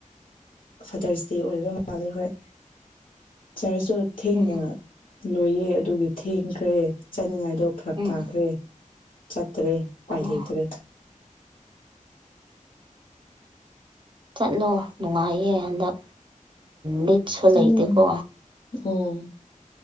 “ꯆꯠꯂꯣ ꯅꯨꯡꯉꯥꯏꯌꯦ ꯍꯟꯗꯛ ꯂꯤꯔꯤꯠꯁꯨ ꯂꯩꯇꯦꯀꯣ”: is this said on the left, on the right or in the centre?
Right